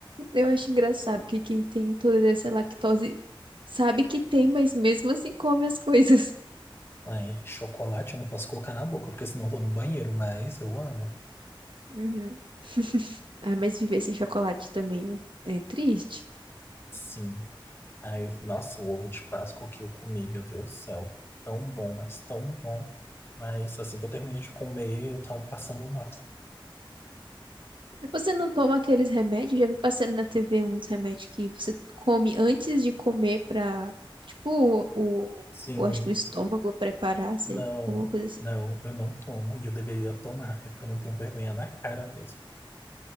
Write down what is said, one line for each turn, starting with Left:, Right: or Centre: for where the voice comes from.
Right: Eu acho engraçado que quem tem intolerância à lactose sabe que tem, mas mesmo assim come as coisas.
Left: Aí, chocolate eu não posso colocar na boca, porque senão eu tô no banheiro, mas eu amo.
Right: Uhum. Ah, mas viver sem chocolate também é triste.
Left: Sim. Aí, nossa, o ovo de Páscoa que eu comi, meu Deus do céu. Tão bom, mas tão bom. Mas assim que eu terminei de comer, eu tava passando mal.
Right: Você não toma aqueles remédios? Já vi passando na TV uns remédios que você come antes de comer pra, tipo, o, o,
Left: Sim,
Right: eu acho que o estômago preparar, assim,
Left: não,
Right: alguma coisa assim.
Left: não, eu não tomo e eu deveria tomar. É porque eu não tenho vergonha na cara mesmo.